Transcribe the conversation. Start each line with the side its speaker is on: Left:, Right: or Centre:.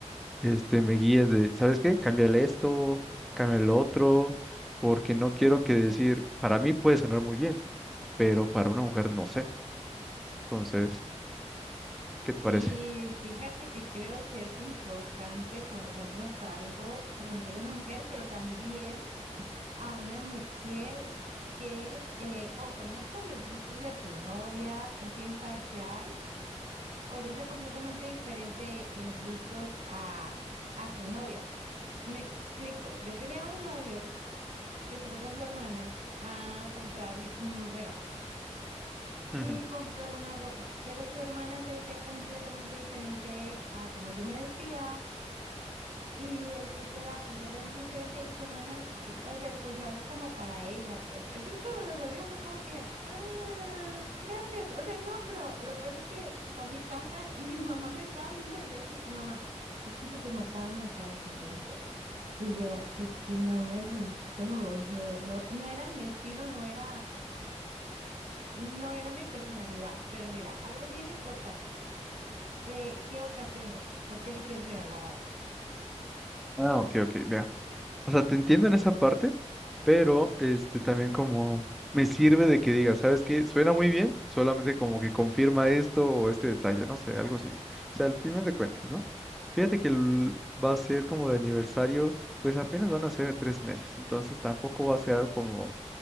Centre: este, me guíes de, ¿sabes qué? Cámbiale esto, cámbiale lo otro, porque no quiero que decir, para mí puede sonar muy bien, pero para una mujer no sé. Entonces, ¿qué te parece?
Right: Sí, fíjate que creo que es importante cuando compras algo preguntarle a una mujer, pero también a una mujer que eh, o conozca los gustos de tu novia o sea imparcial o no sea completamente diferente en gustos a, a tu novia. Me explico, yo tenía un novio que se fue con su hermana a comprarme un regalo.
Centre: Ujú.
Right: y compró una ropa, pero su hermana se vestía completamente diferente a como yo me vestía y el gusto era completamente diferente y su hermana, l- o sea, escogió algo como para ella, pues. Entonces cuando me lo dio fue como que, ah, gracias. O sea, no, pero lo peor es que fue a mi casa y mi <laughs> mamá me estaba viendo de lejos y mamá, es que se te notaba en la cara que no te gustó. Y yo, es que no me gustó, o sea, no, no era mi estilo, no era no era mi personalidad, pero mira, algo bien importante. Eh, ¿qué ocasiones? ¿Por qué le quieres regalar algo?
Centre: Ah, ok, ok, mira. O sea, te entiendo en esa parte pero este también como me sirve de que diga, ¿sabes qué? Suena muy bien, solamente como que confirma esto o este detalle, no sé, algo así. O sea, al final de cuentas, ¿no? Fíjate que el- va a ser como de aniversario, pues apenas van a ser de tres meses, entonces tampoco va a ser algo como